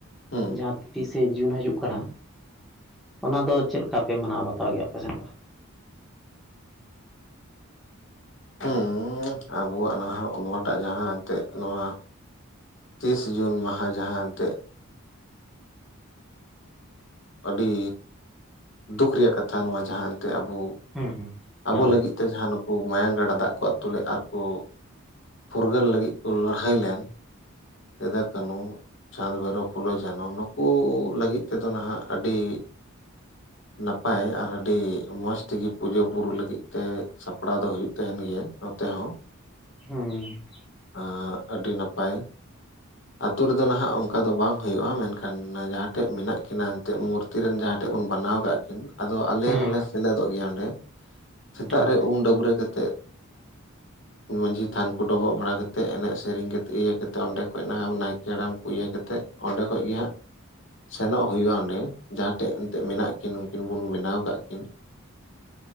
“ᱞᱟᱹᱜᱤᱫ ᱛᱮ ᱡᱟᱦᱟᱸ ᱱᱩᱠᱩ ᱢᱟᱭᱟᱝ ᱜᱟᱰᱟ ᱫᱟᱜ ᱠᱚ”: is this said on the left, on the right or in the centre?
Left